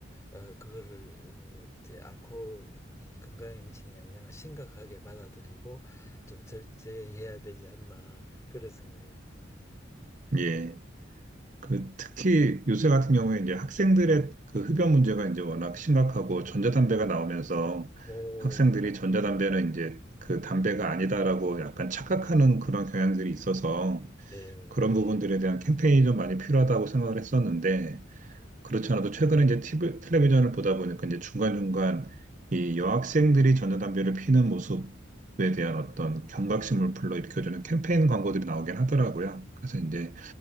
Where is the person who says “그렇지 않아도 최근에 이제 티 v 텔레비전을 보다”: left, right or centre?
Right